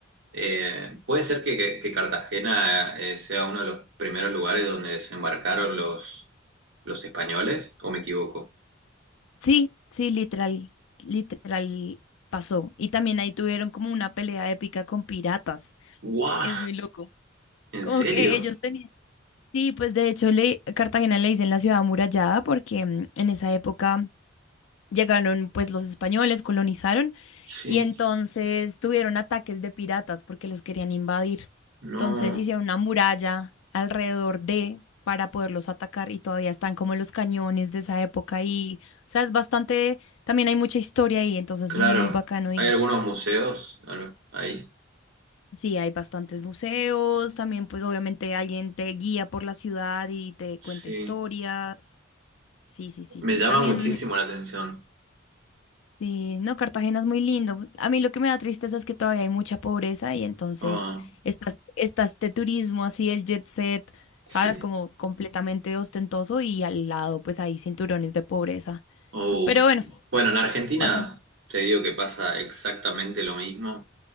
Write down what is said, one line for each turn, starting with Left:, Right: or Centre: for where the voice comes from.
Right: eh, puede ser que, que- que Cartagena eh, sea uno de los primeros lugares donde desembarcaron los, los españoles, ¿o me equivoco?
Left: sí, sí, literal, literal pasó. Y también ahí tuvieron como una pelea épica con piratas.
Right: ¡Guau!
Left: Es muy loco.
Right: ¿En
Left: Como
Right: serio?
Left: que ellos tenían. Sí, pues de hecho le, Cartagena le dicen la ciudad amurallada porque mm, en esa época llegaron pues los españoles, colonizaron
Right: Sí,
Left: y entonces tuvieron ataques de piratas porque los querían invadir.
Right: no,
Left: Entonces hicieron una muralla alrededor de para poderlos atacar y todavía están como los cañones de esa época y, o sea, es bastante, también hay mucha historia ahí, entonces
Right: claro.
Left: muy bacano
Right: Hay algunos museos a lo- ahí.
Left: Sí, hay bastantes museos, también pues obviamente alguien te guía por la ciudad y te cuenta
Right: Sí,
Left: historias. Sí, sí, sí,
Right: me
Left: sí.
Right: llama
Left: También,
Right: muchísimo la atención.
Left: sí, no, Cartagena es muy lindo. A mí lo que me da tristeza es que todavía hay mucha pobreza y entonces
Right: Ah,
Left: está, está este turismo así, el jet set,
Right: sí.
Left: ¿sabes? Como completamente ostentoso y al lado pues hay cinturones de pobreza.
Right: Oh.
Left: Entonces, pero bueno,
Right: Bueno, en Argentina
Left: pasan.
Right: te digo que pasa exactamente lo mismo.